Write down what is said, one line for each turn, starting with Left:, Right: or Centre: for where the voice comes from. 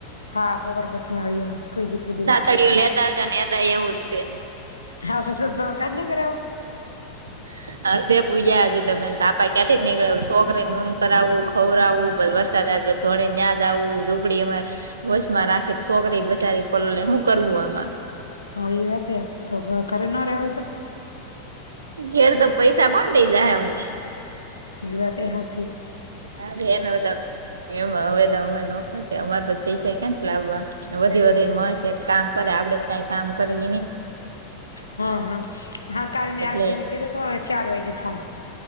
Left: હા બપોર પછી આવી અમે ફુઇ દિકરી બેય
Right: થળિયુ લેતા જા નેદા એવું જ છે.
Left: હા તો તમેં કામ નહી કરાવો
Right: <inaudible> અર્ધે પૂજા હજી તમેને તાપા ક્યાંથી નીકળે છોકરીને મમ કરા આવું ખવરાઆવું બધ વરસાદ આવ બધ ધોળીને યાજાવુ ઝૂંપડી માં વસ માં રાખી છોકરી બચારી પલળે શું કરવું આમાં
Left: હા એ વાત સાચી તો ઘરે ના રહેવાય તો
Right: ઘેર તો પૈસા કોણ દઈ જાય હ અમને
Left: ઈ વાતય સાચી.
Right: હા ભાઈ એને બધા એમાં હવે તો અ નોખર અમારે પૈસા ક્ વધવધી મળશે કામ કરે આપડે કઈ કામ કરીએ નહી.
Left: હા હા કાલ મેં
Right: એટલે
Left: આરતી ને કઈરોતો ચાર વાગે ફોન